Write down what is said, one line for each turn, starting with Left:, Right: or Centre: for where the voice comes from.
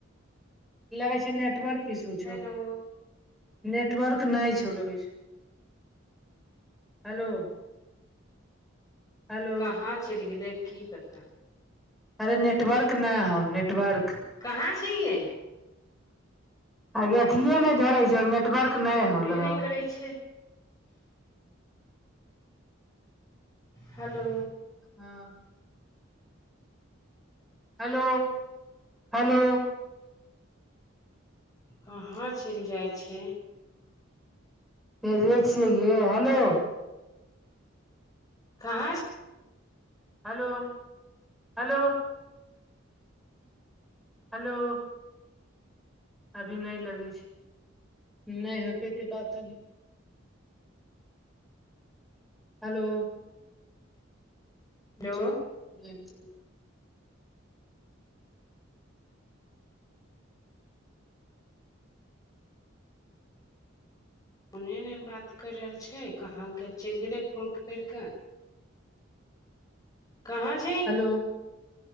Centre: लगै छे नेटवर्क इसू छौ
Left: हेलो
Centre: नेटवर्क नहि छो लगै छो हेलो हेलो
Left: कहाँ चलि गेलै की पता
Centre: अरे नेट्वर्क ना हो नेटवर्क
Left: कहाँ छी गे
Centre: आँगे अथिए नहि धरै छो नेटवर्क नहि
Left: बोलबे
Centre: होलों
Left: करै छै हेलो
Centre: हाँ हेलो हेलो
Left: कहाँ चलि जाइ छै
Centre: एजे छी गे हेलो
Left: कहाँ छै
Centre: हलो हलो हलो अभी नै लगै छै नै होयत हेतै बात अभी हलो
Left: हेलो
Centre: जो <unintelligible>
Left: ओने नै बात करि रहल छै कहाँके चलि गेलै फोन करि कऽ कहाँ छै
Centre: हलो